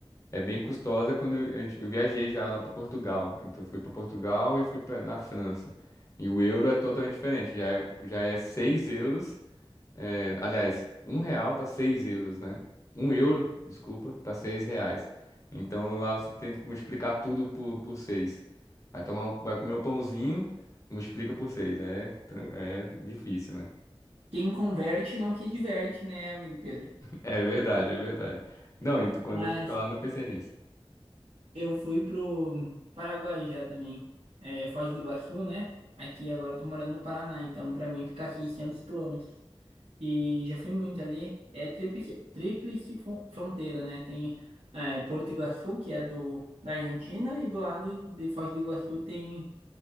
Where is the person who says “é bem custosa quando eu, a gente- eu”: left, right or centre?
Left